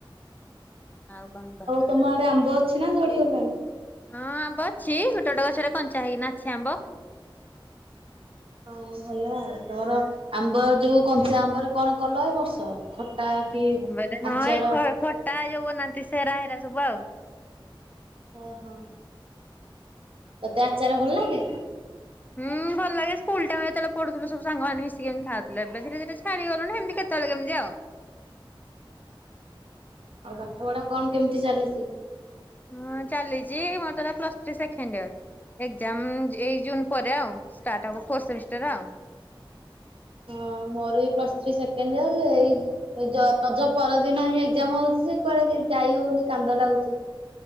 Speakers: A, on the left; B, on the right.
A: ଆଉ କଣ କହ?
B: ତମ ଆଡେ ଆମ୍ବ ଅଛି ନା ଝଡିଗଲାଣି?
A: ହଁ ଆମ୍ବ ଅଛି ଗୋଟେ ଗୋଟେ ଗଛରେ କଞ୍ଚା ହେଇକିନା ଅଛି ଆମ୍ବ।
B: ହଁ ଭଲ ଆଉ ତମର ଆମ୍ବ ଯୋଉ କଞ୍ଚା ଆମ୍ବ ରେ କଣ କଲ ଏ ବର୍ଷ? ଖଟା
A: କଞ୍ଚା
B: କି
A: ଆମ୍ବରେ ହଁ
B: ଆଚାର?
A: ଏଇ ଖ ଖଟା ଏଇ ଯୋଉ ବନାନ୍ତି ସେରା ହେରା ସବୁ ଆଉ
B: ଓହୋ ତତେ ଆଚାର ଭଲ ଲାଗେ?
A: ହୁଁ ଭଲ ଲାଗେ ସ୍କୁଲ ଟାଇମରେ ଯେତେଳେ ପଢୁଥିଲୁ ସବୁ ସାଙ୍ଗମାନେ ମିଶିକି ଏମତି ଖାଉଥିଲୁ ଏବେ ଧୀରେ ଧୀରେ ଛାଡିଗଲାଣି ସେମିତି କେତେ କେତେବେଳେ କେମିତି ଆଉ
B: <inaudible> ଆଉ ପାଠ ପଢା କଣ କେମିତି ଚାଲିଛି?
A: ହଁ ଚାଲିଛି ମୋର ତ ଏଟା plus three second year exam ଜ ଏଇ ଜୁନ ପରେ ଆଉ ଷ୍ଟାର୍ଟ ହବ ଫୋର୍ ସେମିଷ୍ଟର ଆଉ
B: ହଁ ମୋର ବି ପ୍ଲସ ଥ୍ରୀ ସେକେଣ୍ଡ ଇୟର ଏଇ ଏଇ ଜ ରଜ ପରଦିନ ହିଁ ଏକ୍ଜାମ ହଉଛି ଯେ କୁଆଡେ କି ଯାଇ ହଉନି କାନ୍ଦ ଲାଗୁଛି।